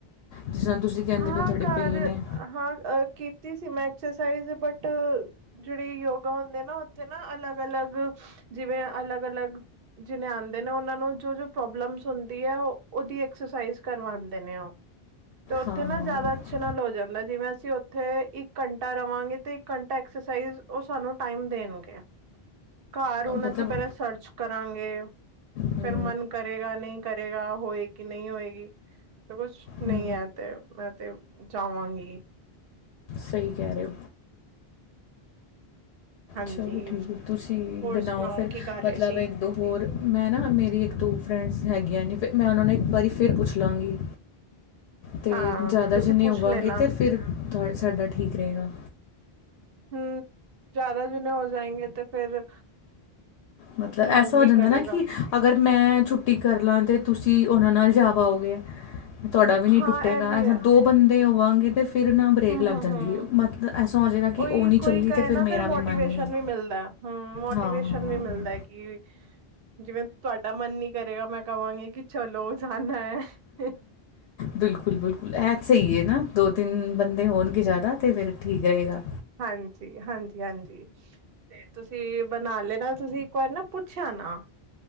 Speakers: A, on the left; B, on the right.
A: ਜਿਸ ਤਰਾਂ ਤੁਸੀਂ ਕਹਿੰਦੇ
B: ਹਾਂ
A: ਪਏ ਤੁਹਾਡੀੇ
B: ਘਰ
A: ਪਣੀ ਨੇ
B: ਹਾਂ, ਕੀਤੀ ਸੀ ਮੈਂ ਐਕਸਰਸਾਈਜ਼ ਬਟ ਜਿਹੜੇ ਯੋਗਾ ਹੁੰਦੇ ਨਾ ਉੱਥੇ ਨਾ ਅਲੱਗ-ਅਲੱਗ ਜਿਵੇਂ ਅਲੱਗ-ਅਲੱਗ ਜਿਨੇ ਆਂਦੇ ਨੇ ਓਨਾਂ ਨੂੰ ਜੋ ਜੋ ਪ੍ਰੋਬਲਮਸ ਹੁੰਦੀ ਐ, ਓਦੀ ਐਕਸਰਸਾਈਜ਼ ਕਰਵਾਂਦੇ ਨੇ ਓ। ਤੇ ਉੱਥੇ
A: ਹਾਂ-ਹਾਂ
B: ਨਾ ਜ਼ਿਆਦਾ ਅੱਛੇ ਨਾਲ ਹੋ ਜਾਂਦਾ, ਜਿਵੇਂ ਅਸੀਂ ਉੱਥੇ ਇੱਕ ਘੰਟਾ ਰਵਾਂਗੇ ਤੇ ਇੱਕ ਘੰਟਾ ਐਕਸਰਸਾਈਜ਼ ਉਹ ਸਾਨੂੰ ਟਾਈਮ ਦੇਣਗੇ। ਘਰ ਹੁਨ
A: ਮਤਲਬ
B: ਅਸੀਂ ਪਹਿਲਾਂ ਸਰਚ ਕਰਾਂਗੇ,
A: ਹੂੰ,
B: ਫਿਰ ਮਨ ਕਰੇਗਾ ਨੀ ਕਰੇਗਾ, ਹੋਏ ਕਿ ਨੀ ਹੋਏਗੀ, ਤਾਂ ਕੁਛ
A: ਹੂੰ
B: ਨਈਂ ਐ। ਤੇ ਮੈਂ ਤੇ ਜਾਵਾਂਗੀ
A: ਸਹੀ ਕਹਿ ਰਹੇ ਓ
B: ਹਾਂਜੀ
A: ਚਲੋ ਠੀਕ ਤੁਸੀਂ
B: ਹੋਰ
A: ਬਣਾਓ
B: ਸੁਣਾਓ
A: ਫਿਰ
B: ਕੀ ਕਰ ਰਹੇ
A: ਮਤਲਬ
B: ਸੀ
A: ਇੱਕ ਦੋ ਹੋਰ ਮੈਂ ਨਾ ਮੇਰੀ ਇੱਕ ਦੋ ਫਰੈਂਡਸ ਹੈਗੀਆਂ ਨੇ ਫਿ ਮੈਂ ਉਹਨਾਂ ਨੂੰ ਇੱਕ ਵਾਰੀ ਫਿਰ ਪੁੱਛ ਲਾਂਗੀ
B: <inaudible>
A: ਤੇ
B: ਹਾਂ
A: ਜ਼ਿਆਦਾ
B: ਤੁਸੀਂ
A: ਜਨੇ
B: ਪੁੱਛ
A: ਹੋਵਾਂਗੇ
B: ਲੈਣਾ
A: ਤੇ ਫਿਰ ਤ ਸਾਡਾ ਠੀਕ ਰਹੇਗਾ
B: ਹਮ ਜ਼ਿਆਦਾ ਜਨੇ ਹੋ ਜਾਏਗੇੇ ਤੇ ਫਿਰ
A: ਮਤਲ
B: ਮਨ
A: ਐਸਾ ਹੋ
B: ਵੀ
A: ਜਾਂਦਾ
B: ਕਰੇਗਾ
A: ਨਾ ਕਿ ਅਗਰ ਮੈਂ ਛੁੱਟੀ ਕਰ ਲਾਂ ਤਾਂ ਤੁਸੀਂ ਉਹਨਾਂ ਨਾਲ ਜਾ ਪਾਓਗੇ ਤੁਹਾਡਾ ਵੀ ਨਹੀਂ
B: ਹਾਂ
A: ਟੁੱਟੇਗਾ
B: ਇਹ ਵੀ
A: ਅਸੀਂ
B: ਹੈ
A: ਦੋ ਬੰਦੇ ਹੋਵਾਂਗੇ ਤੇ ਫ ਫਿਰ ਨਾ ਬਰੇੇਕ
B: ਹਮ
A: ਲੱਗ
B: ਹਮ
A: ਜਾਂਦੀ
B: ਹਮ
A: ਮਤ ਐਸਾ ਹੋ ਜੇਗਾ ਕਿ
B: ਉਹੀ
A: ਉਹ ਨਹੀਂ
B: ਕੋਈ
A: ਚੱਲੀ
B: ਕਹੇ
A: ਅਤੇ ਫਿਰ
B: ਨਾ
A: ਮੇਰਾ
B: ਮੋਟੀਵੇਸ਼ਨ
A: ਵੀ ਮਨ ਨਹੀਂ ਹੈ
B: ਵੀ ਮਿਲਦਾ ਹਮ ਮੋਟੀਵੇਸ਼ਨ
A: ਹਾਂ ਹਾਂ
B: ਵੀ ਮਿਲਦਾ ਕਿ ਜਿਵੇਂ ਤੁਹਾਡਾ ਮਨ ਨੀ ਕਰੇਗਾ ਮੈਂ ਕਵਾਂਗੀ ਕਿ ਚਲੋ ਉਹ ਜਾਣਾ ਐ
A: ਬਿਲਕੁਲ ਬਿਲਕੁਲ ਇਹ ਸਹੀ ਹੈ ਨਾ ਦੋ ਤਿੰਨ ਬੰਦੇ ਹੋਣਗੇ ਜ਼ਿਆਦਾ ਤੇ ਫਿਰ ਠੀਕ ਰਹੇਗਾ
B: ਹਾਂਜੀ ਹਾਂਜੀ ਹਾਂਜੀ ਤੇ ਤੁਸੀਂ ਬਣਾ ਲੈਨਾ ਤੁਸੀਂ ਇੱਕ ਵਾਰ ਨਾ ਪੁੱਛਿ ਯਾਨਾ